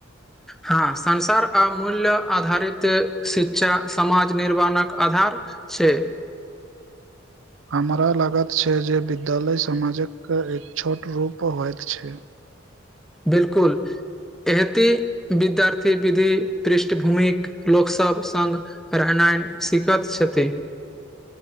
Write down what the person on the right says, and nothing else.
हमरा लागत छै जे विद्यालय समाजके एक छोट रूप होइत छै